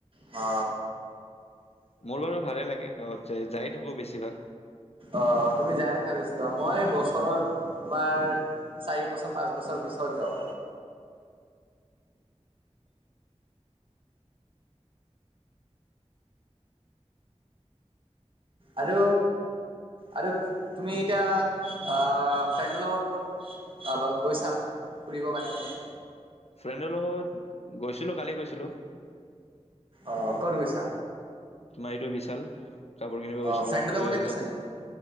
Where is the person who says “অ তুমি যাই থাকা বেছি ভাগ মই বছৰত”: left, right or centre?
Right